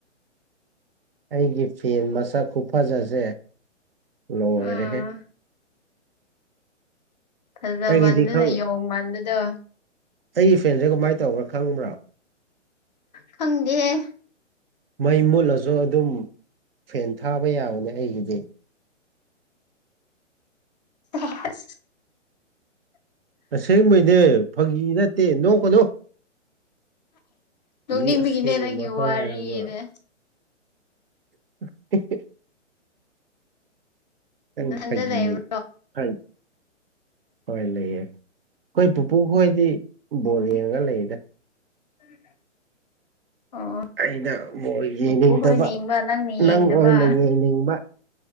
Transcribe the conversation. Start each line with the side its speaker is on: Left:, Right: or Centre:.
Right: ꯑꯩꯒꯤ ꯐꯦꯟ ꯃꯁꯛ ꯈꯨꯐꯖꯁꯦ ꯂꯣꯏꯔꯦꯍꯦ
Left: ꯎꯝ ꯐꯖꯃꯟꯗꯨꯅ
Right: ꯑꯩꯒꯤꯗꯤ ꯈꯪ
Left: ꯌꯣꯡꯃꯥꯟꯕꯗꯣ
Right: ꯑꯩꯒꯤ ꯐꯦꯟꯁꯦ ꯀꯃꯥꯏ ꯇꯧꯕ꯭ꯔꯥ ꯈꯪꯕꯔ꯭ ꯥ
Left: ꯈꯪꯗꯦꯍꯦ
Right: ꯃꯩ ꯃꯨꯠꯂꯖꯨ ꯑꯗꯨꯝ ꯐꯦꯟ ꯊꯥꯕ ꯌꯥꯕꯅꯦ ꯑꯩꯒꯤꯗꯤ
Left: <unintelligible>
Right: ꯑꯁꯦꯡꯕꯩꯅꯦ ꯐꯥꯒꯤ ꯅꯠꯇꯦ ꯅꯣꯛꯀꯅꯣ
Left: ꯅꯣꯛꯅꯤꯡꯕꯒꯤꯅꯦ
Right: ꯃꯤ ꯑꯁꯦꯡꯕ
Left: ꯅꯪꯒꯤ
Right: ꯍꯥꯏꯔꯒ
Left: ꯋꯥꯔꯤꯗ
Right: <unintelligible> ꯑꯩ
Left: ꯅꯊꯟꯗ
Right: ꯐꯥꯒꯤ
Left: ꯂꯩꯕ꯭ꯔꯣ
Right: <unintelligible> ꯍꯣꯏ ꯂꯩꯌꯦ ꯑꯈꯣꯏ ꯄꯨꯄꯨ ꯈꯣꯏꯗꯤ ꯕꯣꯜ
Left: ꯑꯣ
Right: ꯌꯦꯡꯉꯒ ꯂꯩꯔꯤꯗ
Left: <unintelligible> ꯑꯣ
Right: ꯑꯩꯅ ꯕꯣꯜ ꯌꯦꯡꯅꯤꯡꯗꯕ
Left: ꯄꯨꯄꯨ ꯍꯣꯏꯅ ꯌꯦꯡꯕ ꯅꯪꯅ ꯌꯦꯡꯗꯕ
Right: ꯅꯪ ꯑꯣꯏꯅ ꯌꯦꯡꯅꯤꯡꯕ